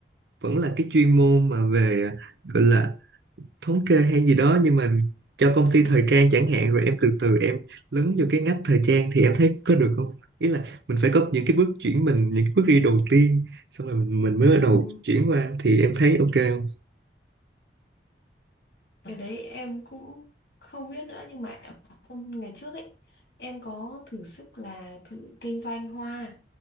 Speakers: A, on the right; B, on the left.
A: vẫn là cái chuyên môn mà về gọi là thống kê hay gì đó nhưng mà cho công ty
B: Ừm.
A: thời trang chẳng hạn rồi em từ từ em lấn vô cái ngách thời trang thì em thấy có được không ý là mình phải có những cái bước chuyển mình những cái bước đi đầu tiên xong rồi mình, mình mới bắt
B: Ừm.
A: đầu chuyển qua thì em thấy ok không
B: Cái đấy em cũng không biết nữa nhưng mà hôm ngày trước ấy em có thử sức là thử kinh doanh hoa